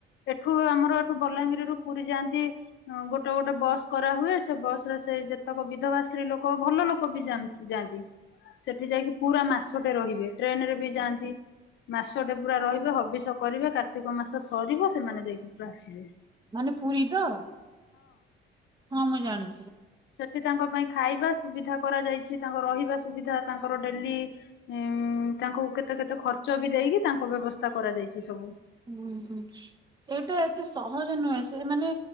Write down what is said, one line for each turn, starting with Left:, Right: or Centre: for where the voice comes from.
Left: ଏଠୁ ଆମର ବଲାଙ୍ଗିରରୁୁ ପୁରୀ ଯାଆନ୍ତି ଗୋଟେ ଗୋଟେ ବସ୍ କରାହୁଏ ସେ ବସରେ ସେ ଯେତେକ ବିଧବା ସ୍ତ୍ରୀ ଲୋକ ଭଲ ଲୋକ ବି ଯାଆନ୍ତି ଯାଆନ୍ତି। ସେଠି ଯାଇକି ପୁରା ମାସଟେ ରହିବେ ଟ୍ରେନ ରେ ବି ଯାଆନ୍ତି ମାସଟେ ପୁରା ରହିବେ ହବିଷ କରିବେ କାର୍ତ୍ତିକ ମାସ ସରିବ ସେମାନେ ଯାଇକି ପୁରା ଆସିବେ। ହୁଁ।
Right: ମାନେ ପୁରୀ ତ? ହଁ ମୁଁ ଜାଣି
Left: ସେଠି ତାଙ୍କ ପାଇଁ ଖାଇବା ସୁବିଧା କରାଯାଇଛି। ତାଙ୍କ ରହିବା ସୁବିଧା ତାଙ୍କର ଡେଲି ଉ ତାଙ୍କୁ କେତେ କେତେ ଖର୍ଚ୍ଚ ବି ଦେଇକି ତାଙ୍କ ବ୍ୟବସ୍ଥା କରାଯାଇଛି ସବୁ।
Right: ହୁଁ ହୁଁ ସେଇଟା ଏତେ ସହଜ ନୁହେଁ ସେଇ ମାନେ